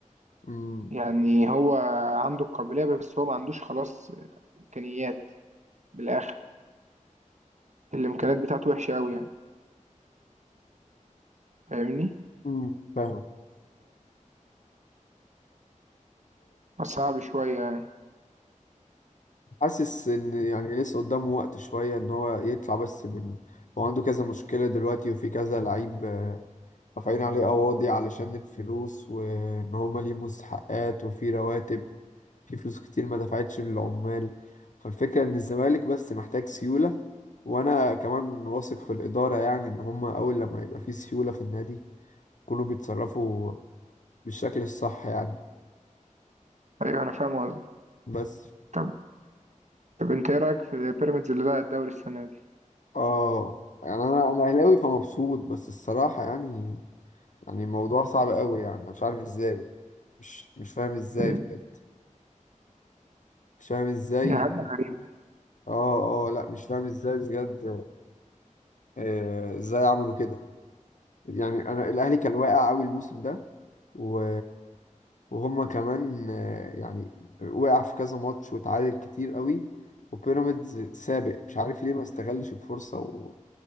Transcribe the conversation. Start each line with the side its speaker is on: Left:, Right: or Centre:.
Left: مم.
Right: يعني هو عنده القابلية بس هو ما عندوش خلاص امكانيات بالاخر الامكانيات بتاعته وحشة قوي يعني فاهمني
Left: مم. فاهم
Right: فصعب شوية يعني
Left: حاسس ان يعني لسه قدامه وقت شوية ان هو يطلع بس من هو عنده كذا مشكلة دلوقتي وفي كذا لعيب آه، رافعين عليه قواضي علشان الفلوس وان هما ليه مستحقات وفي رواتب في فلوس كتير ما دفعتش للعمال فالفكرة ان الزمالك بس محتاج سيولة وانا كمان واثق في الإدارة يعني ان هما اول لما يبقى في سيولة في النادي يكونوا بيتصرفوا بالشكل الصح يعني
Right: ايوه انا فاهم قصدك
Left: بس
Right: طب طب انت ايه رايك في بيراميدز اللي بقى الدوري السنة دي
Left: اه يعني انا انا اهلاوي فمبسوط بس الصراحة يعني يعني الموضوع صعب قوي يعني أنا مش عارف ازاي مش مش فاهم ازاي
Right: مم.
Left: بجد مش فاهم ازاي
Right: هي حاجة غريبة
Left: اه اه لا مش فاهم ازاي بجد آه، ازاي عملوا كده يعني انا الاهلي كان واقع قوي الموسم ده و... وهما كمان آه، يعني وقع في كذا ماتش واتعادل كتير قوي وبيراميدز سابق مش عارف ليه ما استغلش الفرصة و...